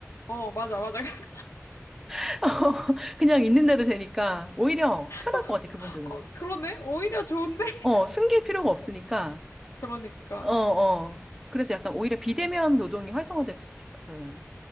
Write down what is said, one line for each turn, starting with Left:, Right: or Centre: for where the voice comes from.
Left: 어, 맞아, 맞아. <laughs>
Centre: <laughs> 그냥 있는데도 되니까 오히려 편할
Left: 어,
Centre: 것 같아, 그분들은.
Left: 어, 그러네? 오히려 좋은데? <laughs>
Centre: 어, 숨길 필요가 없으니까,
Left: 그러니까.
Centre: 어, 어. 그래서 약간 오히려 비대면 노동이 활성화될 수 있어, 그러면은.